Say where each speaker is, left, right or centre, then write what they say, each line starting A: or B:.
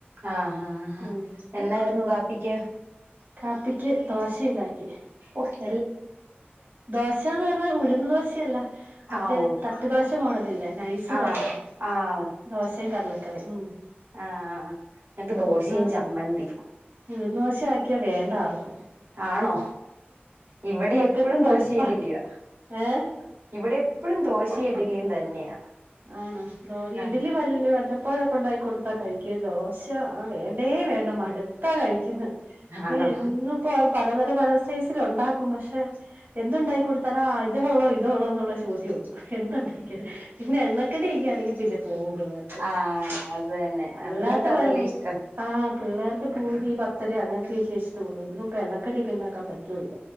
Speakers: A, on the right; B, on the right.
A: ആഹ് ഹ ഹ
B: ഉം
A: എന്നായിരുന്നു കാപ്പിക്ക്
B: കാപ്പിക്ക് ദോശ ഇണ്ടാക്കി
A: ഓഹ്യ്
B: ദോശന്ന് പറഞ്ഞാ ഉഴുന്ന് ദോശയല്ല മറ്റേ
A: ആഹ് ഓഹ്
B: തട്ടു ദോശ മോഡലില്ലേ നൈസ്
A: ആഹ്
B: ദോശ
A: ആഹ്
B: ആ ദോശയും കടലക്കറി ഉം
A: ആഹ ആ ഞക്ക് ദോശമ്
B: ഉഴുന്ന് ദോശ
A: ചമ്മന്ന്തിമ്
B: ഉഴുന്ന് വശം ആക്കിയാ വേണ്ട ആർക്കും
A: ആണോ ഇവിടെ
B: മക്കൾക്ക്
A: എപ്പോഴും
B: മടുപ്പാ
A: ദോശയും ഇടില്യ
B: ഏഹ്
A: ഇവിടെ എപ്പോഴും ദോശയിടിലിയും തന്നെയാ
B: ആണോ ഇഡലി
A: ആഹ്
B: വല്ല വല്ലപ്പോഴ ഉണ്ടാക്കി കൊടുത്താ കഴിക്ക് ദോശ ആ വേണ്ടേ വേണ്ട മടുത്താ കഴിക്കുന്ന പിന്നെ
A: ആണോ
B: എന്നും ഇപ്പോ അവര് പലതര പല സൈസൽ ഉണ്ടാക്കും പക്ഷെ എന്തുണ്ടായികൊ ത ഇതേ ഉള്ളോ ഇതേ ഉള്ളോ എന്നുള്ള ചോദ്യംഒള്ളു എന്തുണ്ടാ ക്കിയാലും പിന്നെ എണ്ണക്കടിയൊക്കെ ആണെങ്കിൽ പിന്നെ പോകും പിള്ളേർക്ക്
A: ആഹ് അത് തന്നെ
B: അല്ലാത്ത
A: അത്ങ്ങക്ക്
B: പഴ്
A: അതല്ലേ ഇഷ്ടം
B: ആ പിള്ളേർക്ക് പൂരി പത്തി രി അങ്ങനത്തെയക്കെ ഇ്ടമുള്ളൂ എന്നുംപ്പ എണ്ണക്കടിയൊക്കെ ഉണ്ടാക്കാൻ പറ്റൂല്ല